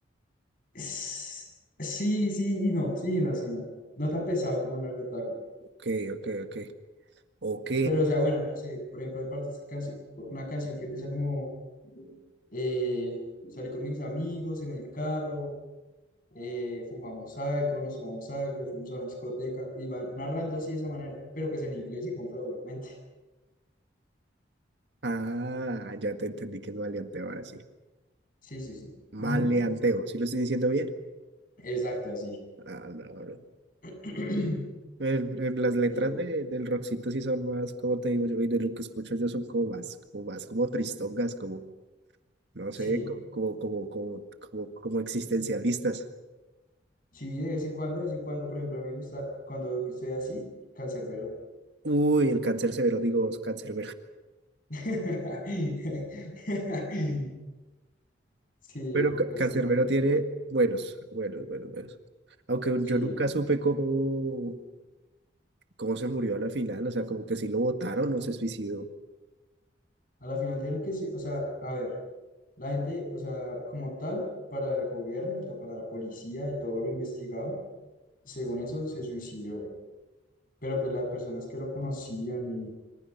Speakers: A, on the left; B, on the right.
A: Es- Sí, sí y no, sí y no, sí y no. No tan pesado como el narcotráfico.
B: Ok, ok, ok. Ok.
A: Pero, o sea, bueno, no sé, por ejemplo, hay partes que canci- una canción que empieza como eh, salí con mis amigos en el carro, eh, fumamos algo, nos fumamos algo, fuimos a una discoteca, y van narrando así de esa manera, pero pues en inglés y con flow, obviamente.
B: Ah, ya te entendí que es maleanteo ahora sí.
A: Sí, sí, sí.
B: Maleanteo.
A: Ujú.
B: ¿Sí lo estoy diciendo bien?
A: Exacto, así.
B: Ah, no, no.
A: <clears throat>
B: El- el- las letras
A: ¿Qué otro?
B: de, del Roxito sí son más, como te digo yo, y de lo que escucho yo son como más, como más, como tristongas, como, no
A: Sí,
B: sé, co- como, como, como, como, como existencialistas.
A: sí, de vez en cuando, de vez en cuando, por ejemplo, a mí me gusta cuando estoy así, cancerbero.
B: Uy, el cáncer severo, digo, cáncer
A: <laughs> Sí,
B: Pero Ca-
A: cancerbero.
B: Cancerbero tiene buenos, buenos, buenos, buenos. Aunque
A: Sí,
B: yo nunca
A: sí.
B: supe cómo, cómo se murió a la final, o sea, como que si lo votaron o se suicidó.
A: A la final dieron que sí, o sea, a ver, la gente, o sea, como tal, para el gobierno, o sea, para la policía y todo lo investigado, según eso, se suicidó. Pero pues las personas que lo conocían y,